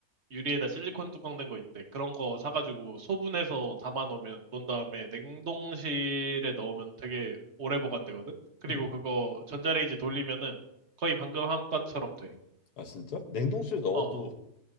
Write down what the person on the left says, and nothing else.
응.
아 진짜? 냉동실에 넣어도